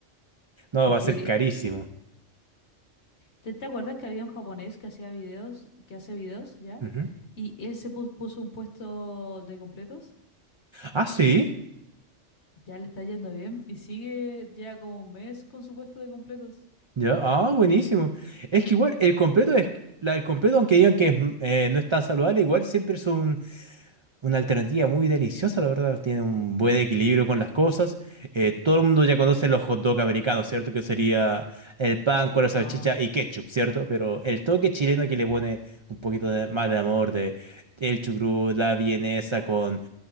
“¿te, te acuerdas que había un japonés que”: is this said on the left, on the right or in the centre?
Left